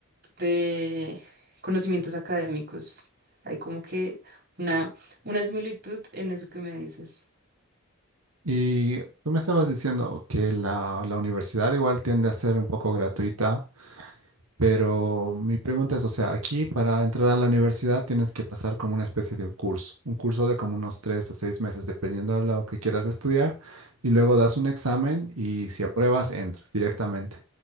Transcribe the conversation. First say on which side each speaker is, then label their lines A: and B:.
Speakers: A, on the right; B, on the right.
A: de conocimientos académicos. Hay como que una, una similitud en eso que me dices.
B: Y tú me estabas diciendo que la, la universidad igual tiende a ser un poco gratuita, pero mi pregunta es, o sea, aquí para entrar a la universidad tienes que pasar como una especie de un curso, un curso de como unos tres a seis meses, dependiendo de lo que quieras estudiar, y luego das un examen y si apruebas, entras directamente.